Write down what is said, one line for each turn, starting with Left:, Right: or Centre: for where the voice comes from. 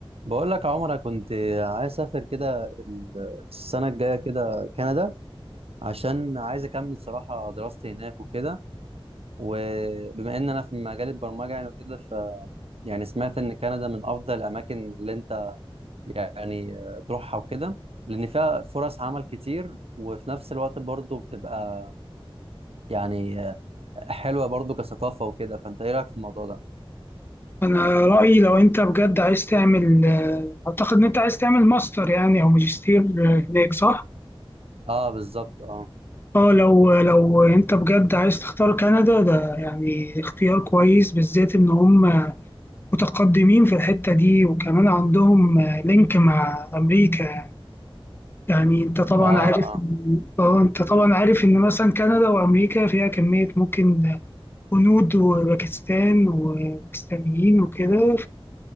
Right: بقول لك يا عمر أنا كنت عايز اسافر كده ال- السنه الجايه كده كندا عشان عايز اكمل صراحه دراستي هناك وكده وبما ان انا في مجال البرمجه يعني وكده ف يعني سمعت ان كندا من افضل الاماكن اللي انت يعني آه، تروحها وكده لان فيها فرص عمل كتير وفي نفس الوقت برضه بتبقى يعني آه، حلوه برضه كثقافه وكده فانت ايه رايك في الموضوع ده
Left: انا رايي لو انت بجد عايز تعمل آه، اعتقد ان انت عايز تعمل ماستر يعني او ماجستير آه، هناك صح
Right: اه بالظبط اه
Left: اه لو لو انت بجد عايز تختار كندا ده يعني اختيار كويس بالذات ان هم متقدمين في الحته دي وكمان عندهم آه، لينك مع امريكا يعني يعني انت طبعا
Right: اه
Left: عارف
Right: اه
Left: إن- اه انت طبعا عارف ان مثلا كندا وامريكا فيها كميه ممكن هنود وباكستان وباكستانيين وكده